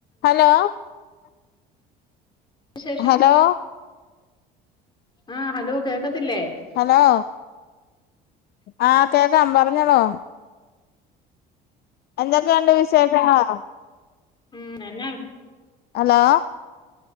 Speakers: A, on the left (about 60°); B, on the left (about 25°).
A: Hello
B: വിശേഷം
A: hello
B: ആഹ് hello കേക്കത്തില്ലേ?
A: ഹലോ ആഹ് കേക്കാം പറഞ്ഞോളോ? എന്തൊക്കെയുണ്ട് വിശേഷങ്ങള്?
B: ഉം എന്നാ
A: ഹലോ